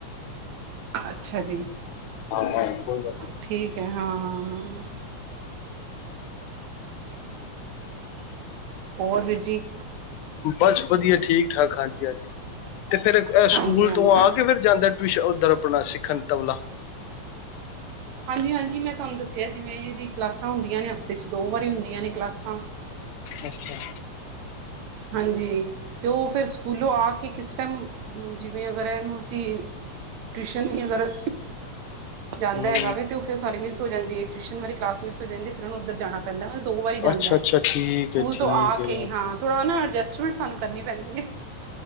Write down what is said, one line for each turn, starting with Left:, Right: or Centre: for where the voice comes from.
Right: ਅੱਛਾ ਜੀ
Left: ਹਾਂ ਕੋਈ ਗੱਲ
Right: ਠੀਕ ਹੈ ਹਾਂ ਹਾਂ ਹਾਂ। ਹੋਰ ਵੀਰਜੀ।
Left: ਬਸ ਵਧੀਆ ਠੀਕ ਠਾਕ ਹਾਂਜੀ ਹਾਂਜੀ ਤੇ ਫਿਰ
Right: ਹਾਂਜੀ
Left: ਸਕੂਲ
Right: ਹਾਂਜੀ
Left: ਤੋਂ ਆ ਕੇ ਫਿਰ ਜਾਂਦਾ ਟਿਊ ਉੱਧਰ ਆਪਣਾ ਸਿੱਖਣ ਤਬਲਾ।
Right: ਹਾਂਜੀ ਹਾਂਜੀ ਮੈਂ ਤੁਹਾਨੂੰ ਦੱਸਿਆ ਜਿਵੇਂ ਇਹ ਦੀ ਕਲਾਸਾਂ ਹੁੰਦੀਆਂ ਨੇ ਹਫ਼ਤੇ 'ਚ ਦੋ ਵਾਰੀ ਹੁੰਦੀਆਂ ਨੇ ਕਲਾਸਾਂ।
Left: ਅੱਛਾ।
Right: ਹਾਂਜੀ ਅਤੇ ਉਹ ਫਿਰ ਸਕੂਲੋਂ ਆ ਕੇ ਕਿਸ ਟਾਈਮ ਜਿਵੇਂ ਅਗਰ ਇਹਨੂੰ ਅਸੀਂ ਟਿਊਸ਼ਨ ਵੀ ਅਗਰ ਜਾਂਦਾ
Left: ਹੂੰ
Right: ਹੈਗਾ ਵੇ ਤੇ ਉਹ ਫਿਰ ਸਾਰੀ ਮਿਸ ਹੋ ਜਾਂਦੀ ਹੈ ਟਿਊਸ਼ਨ ਵਾਲੀ ਕਲਾਸ ਮਿਸ ਹੋ ਜਾਂਦੀ ਫ਼ਿਰ ਉਹਨੂੰ ਉੱਧਰ ਜਾਣਾ ਪੈਂਦਾ ਵੇ ਦੋ ਵਾਰੀ ਜਾਂਦਾ,
Left: ਅੱਛਾ ਅੱਛਾ ਠੀਕ
Right: ਸਕੂਲ
Left: ਹੈ ਠੀਕ
Right: ਤੋਂ ਆ
Left: ਹੈ
Right: ਕੇ ਹਾਂ। ਥੋੜ੍ਹਾ ਨਾ ਅਡਜਸਟਮੈਂਟ ਸਾਨੂੰ ਕਰਨੀ ਪੈਂਦੀ ਹੈ।